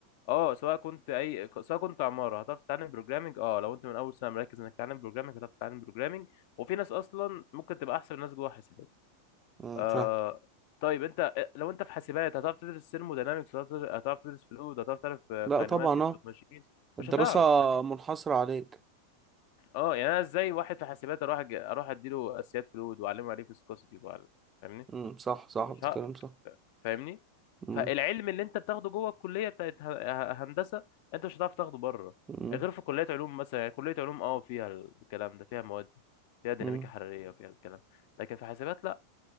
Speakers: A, on the left; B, on the right.
A: اه سواء كنت اي سواء كنت عماره هتعرف تتعلم بروجرامنج اه لو انت من اول سنه مركز انك تتعلم بروجرامنج هتعرف تتعلم بروجرامنج وفي ناس اصلا ممكن تبقى احسن الناس جوه حاسبات
B: مم،
A: آه
B: فاهم
A: طيب انت آه، لو انت في حاسبات هتعرف تدرس ثيرموداينامكس هتعرف تدرس فلويد هتعرف تعرف
B: لا
A: كاينماتكس
B: طبعا اه
A: اوف ماشينز
B: الدراسة
A: مش هتعرف فاهم
B: منحصرة عليك
A: اه يعني انا ازاي واحد في حاسبات اروح أج- اروح اديله اساسيات فلويد واعلمه يعني ايه فيسكوسيتي فاهمني
B: مم، صح صح
A: مش
B: بتتكلم
A: ه...
B: صح
A: فاهمني
B: مم،
A: فالعلم اللي انت بتاخده جوه الكليه بتاعت ه- ه- هندسه انت مش هتعرف تاخده بره
B: مم،
A: غير في كليه علوم مثلا يعني كليه علوم اه فيها الكلام ده فيها مواد دي، فيها ديناميكا
B: مم،
A: حراريه وفيها الكلام لكن في حاسبات لا